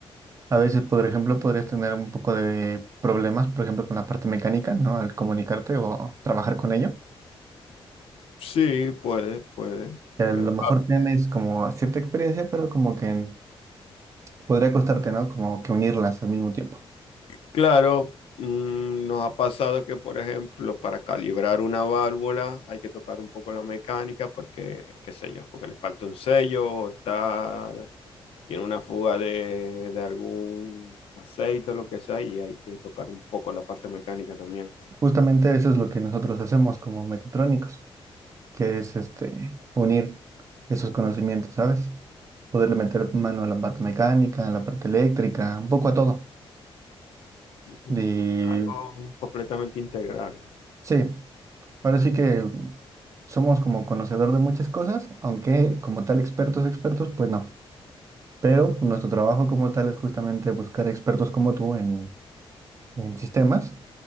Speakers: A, on the right; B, on the left.
A: A veces, por ejemplo, podrías tener un poco de problemas, por ejemplo, con la parte mecánica, ¿no? Al comunicarte o trabajar con ella.
B: Sí, puede, puede,
A: Que a
B: puede.
A: lo mejor tienes como cierta experiencia, pero como que podría costarte, ¿no? Como que unirlas al mismo tiempo.
B: Claro, mm, nos ha pasado que, por ejemplo, para calibrar una válvula hay que tocar un poco la mecánica porque, qué sé yo, porque le falta un sello, o está, tiene una fuga de, de algún aceite o lo que sea, y hay que tocar un poco la parte mecánica también.
A: Justamente eso es lo que nosotros hacemos como mecatrónicos, que es este, unir esos conocimientos, ¿sabes? Poderle meter mano a la parte mecánica, a la parte eléctrica, un poco a todo.
B: Entonces,
A: Y
B: algo completamente integral.
A: sí. Ahora sí que somos como conocedor de muchas cosas, aunque como tal expertos, expertos, pues no. Pero nuestro trabajo como tal es justamente buscar expertos como tú en, en sistemas